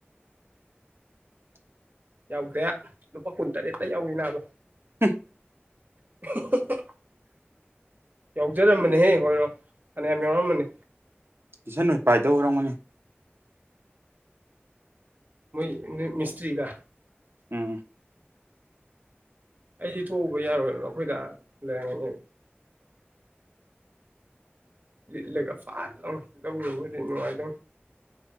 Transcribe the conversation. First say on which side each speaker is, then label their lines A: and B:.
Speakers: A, on the right; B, on the right.
A: <unintelligible>
B: ꯌꯥꯎꯗꯦ ꯂꯨꯄꯥ ꯀꯨꯟꯇꯔꯦꯠꯇ ꯌꯥꯎꯏꯤ ꯕ
A: ꯎꯝ
B: <unintelligible> ꯌꯥꯎꯖꯔꯃꯅꯦꯍꯦ ꯍꯣꯏꯔꯣ ꯐꯅꯌꯥꯝ ꯌꯥꯎꯔꯝꯃꯅꯤ
A: ꯇꯨꯏꯁꯟꯣꯏ ꯄꯥꯏꯗ ꯎꯔꯝꯒꯅꯤ
B: ꯃꯣꯏ ꯃꯤꯁꯇꯔꯤ ꯀ
A: ꯎꯝ
B: ꯑꯩꯗꯤ ꯊꯣꯛꯎꯕ ꯌꯥꯔꯣꯏꯕ ꯑꯩꯈꯣꯏꯗ ꯂꯩꯔꯝꯒꯅꯤ ꯂꯤꯠꯂꯒ ꯐꯥꯠ ꯂꯣ ꯂꯧꯅꯕꯕꯗꯤ ꯅꯨꯡꯉꯥꯏꯗꯧ